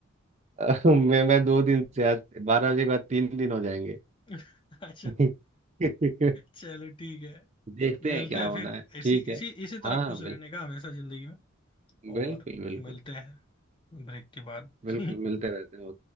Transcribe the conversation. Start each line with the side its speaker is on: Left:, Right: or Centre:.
Right: <laughs> मैं मैं दो दिन से आज बारह बजे के बाद तीन दिन हो जाएंगे
Left: <laughs> अच्छा
Right: <laughs>
Left: चलो ठीक है
Right: देखते
Left: मिलते
Right: हैं क्या
Left: हैं
Right: होना
Left: फिर
Right: है
Left: इसी
Right: ठीक है
Left: इसी इसी
Right: हाँ
Left: तरह खुश
Right: हाँ
Left: रहने
Right: बिल्कुल
Left: का हमेशा जिंदगी में
Right: बिल्कुल
Left: और
Right: बिल्कुल
Left: मिलते हैं ब्रेक के बाद
Right: बिल्कुल
Left: <laughs>
Right: मिलते रहते हैं